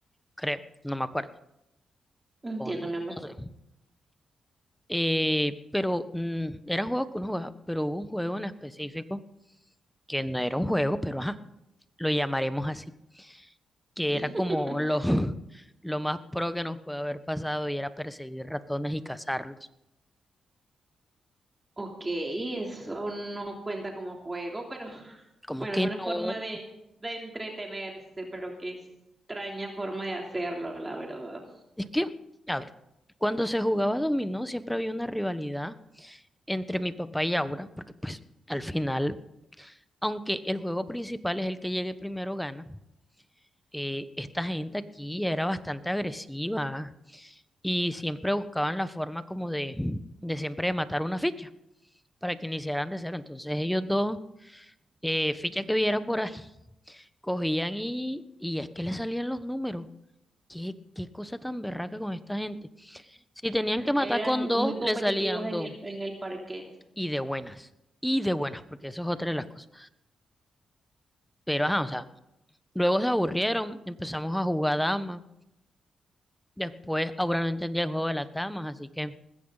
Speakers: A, in the centre; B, on the right (about 25°).
A: creo, no me acuerdo,
B: Entiendo,
A: o no,
B: mi amor.
A: no sé. Eh, pero mm, eran juegos que uno jugaba, pero hubo un juego en específico que no era un juego, pero ajá, lo llamaremos así que
B: <laughs>
A: era como lo, <laughs> lo más pro que nos puede haber pasado y era perseguir ratones y cazarlos.
B: Ok, eso no cuenta como juego, pero <laughs>
A: Como
B: bueno,
A: que
B: es una forma
A: no,
B: de, de entretenerse, pero qué extraña forma de hacerlo, la verdad.
A: es que, a ver, cuando se jugaba dominó siempre había una rivalidad entre mi papá y Aura, porque pues al final, aunque el juego principal es el que llegue primero gana, eh, esta gente aquí era bastante agresiva y siempre buscaban la forma como de, de siempre de matar una ficha para que iniciaran de cero. Entonces ellos dos, eh, ficha que viera por ahí, cogían y, y es que le salían los números. ¿Qué, qué cosa tan berraca con esta gente? Si tenían que matar
B: Eran
A: con dos,
B: muy competitivos
A: le salían
B: en
A: dos.
B: el, en el parqués.
A: Y de buenas. Y de buenas, porque eso es otra de las cosas. Pero, ajá, o sea, luego se aburrieron, empezamos a jugar damas. Después, ahora no entendía el juego de las damas, así que